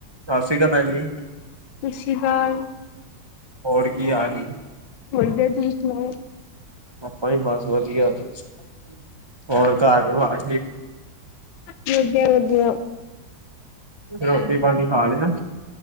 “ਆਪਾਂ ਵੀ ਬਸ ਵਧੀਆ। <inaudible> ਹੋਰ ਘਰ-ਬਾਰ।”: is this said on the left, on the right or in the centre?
Right